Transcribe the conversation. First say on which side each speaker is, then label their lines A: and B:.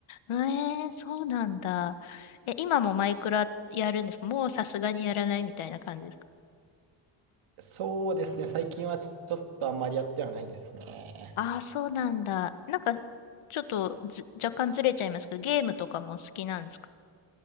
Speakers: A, on the left; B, on the right.
A: えー、そうなんだ。え、今もマイクラやるんですかもうさすがにやらないみたいな感じですか
B: そうですね。最近はちょっとあんまりやってはないですね。
A: ああー、そうなんだ。なんか、ちょっとず、若干ずれちゃいますけど、ゲームとかも好きなんですか